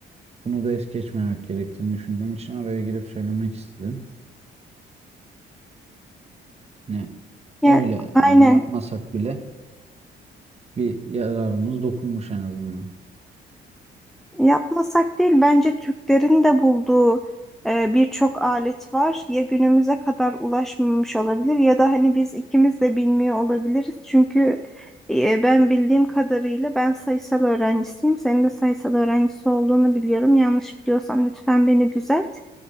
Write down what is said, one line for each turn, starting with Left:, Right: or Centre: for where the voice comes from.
Right: Bunu da es geçmemek gerektiğini düşündüğüm için araya girip söylemek istedim. Ne
Centre: Yani
Right: öyle
Centre: aynen.
Right: yani yapmasak bile bir yararımız dokunmuş en azından.
Centre: Yapmasak değil, bence Türklerin de bulduğu e, birçok alet var. Ya günümüze kadar ulaşmamış olabilir ya da hani biz ikimiz de bilmiyor olabiliriz. Çünkü e, ben bildiğim kadarıyla ben sayısal öğrencisiyim. Senin de sayısal öğrencisi olduğunu biliyorum. Yanlış biliyorsam lütfen beni düzelt.